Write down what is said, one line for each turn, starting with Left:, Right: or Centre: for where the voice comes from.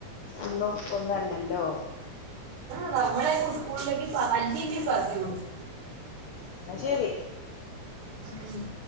Left: ഒന്നും ഒന്നുവല്ലല്ലോ
Right: നമ്മളെയൊക്കെ ഉസ്കൂളിലേക്ക് പ തല്ലിയെങ്കിലും പറഞ്ഞ് വിടും
Left: എന്നാ ശരി
Right: ഉം